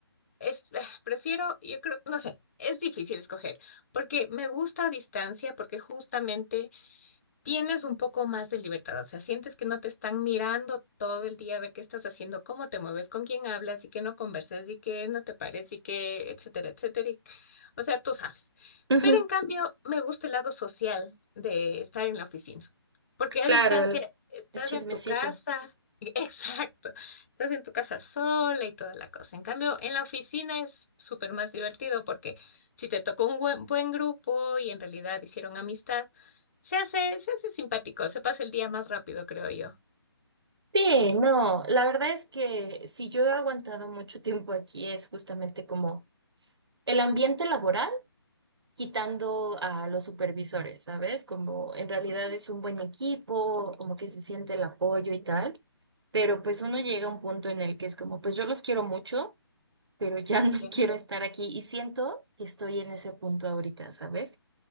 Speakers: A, on the left; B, on the right.
A: es, <sighs> prefiero, yo creo, no sé, es difícil escoger, porque me gusta a distancia, porque justamente tienes un poco más de libertad, o sea, sientes que no te están mirando todo el día a ver qué estás haciendo, cómo te mueves, con quién hablas y que no converses, y que no te pares y que, etcétera, etcétera. y- o sea, tú sabes.
B: Ujú,
A: Pero en cambio, me gusta el lado social de estar en la oficina, porque
B: Claro,
A: a distancia
B: el-
A: estás
B: El chismecito.
A: en tu casa, <laughs> exacto, estás en tu casa sola y toda la cosa. En cambio, en la oficina es súper más divertido porque si te tocó un buen, buen grupo y en realidad hicieron amistad, se hace, se hace simpático, se pasa el día más rápido, creo yo.
B: Sí, no, la verdad es que si yo he aguantado mucho tiempo aquí es justamente como el ambiente laboral, quitando a los supervisores, ¿sabes? Como en realidad
A: Ajá.
B: es un buen equipo, como que se siente el apoyo y tal, pero pues uno llega a un punto en el que es como, pues yo los quiero mucho, pero ya no
A: Ya,
B: <laughs> quiero estar aquí y siento que estoy en ese punto ahorita, ¿sabes?